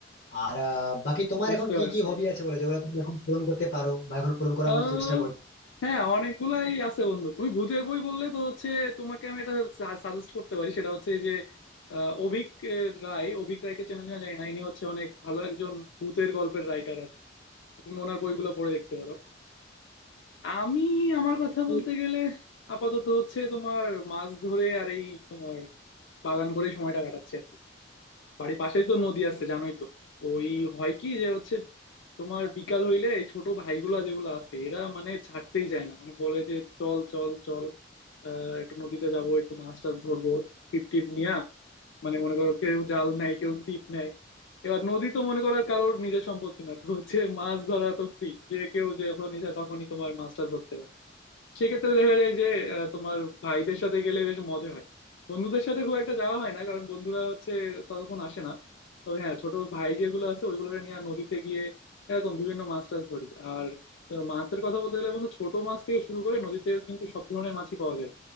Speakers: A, on the left; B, on the left.
A: আর আহ, বাকি তোমার
B: বুঝতে
A: এখন কি
B: পারছি
A: কি হবি আছে বলে যেগুলো তুমি এখন পূরণ করতে পারো বা এখন পূরণ করার
B: আহ,
A: মতো চেষ্টা
B: হ্যাঁ অনেকগুলাই আছে বন্ধু তুমি ভূতের বই বললে তো হচ্ছে তোমাকে আমি এটা সাজেস্ট করতে পারি সেটা হচ্ছে যে আহ, অভীক আহ, রায় অভীক রায়কে চেনো কিনা জানি না ইনি হচ্ছে অনেক ভালো একজন ভূতের গল্পের রাইটার আর কি তুমি ওনার বইগুলো পড়ে দেখতে পারো আমি আমার কথা
A: করছো
B: বলতে গেলে আপাতত হচ্ছে তোমার মাছ ধরে আর এই তোমার বাগান করে সময়টা কাটাচ্ছি আর কি বাড়ির পাশেই তো নদী আছে জানোই তো ওই হয় কি যে হচ্ছে তোমার বিকাল হইলে এই ছোট ভাইগুলা যেগুলো আছে এরা মানে ছাড়তেই চায় না মানে বলে যে চল চল চল আহ, একটু নদীতে যাব একটু মাছ টাছ ধরবো টিপ টিপ নিয়া মানে মনে করো কেউ জাল নেয় কেউ ছিপ নেয় এবার নদী তো মনে করো আর কারোর নিজের সম্পত্তি না তো হচ্ছে মাছ ধরা তো ফ্রি যে কেউ যখন ইচ্ছা তখনই তোমার মাছ টাছ ধরতে পারে সেক্ষেত্রে দেখা যায় যে আহ, তোমার ভাইদের সাথে গেলে বেশ মজা হয় বন্ধুদের সাথে খুব একটা যাওয়া হয় না কারণ বন্ধুরা হচ্ছে ততক্ষণ আসে না তবে হ্যাঁ ছোট ভাই যেগুলো আছে ওইগুলো নিয়ে নদীতে গিয়ে এরকম বিভিন্ন মাছ টাছ ধরি আর আহ, মাছের কথা বলতে গেলে বন্ধু ছোট মাছ থেকে শুরু করে নদীতে কিন্তু সব ধরনের মাছই পাওয়া যায়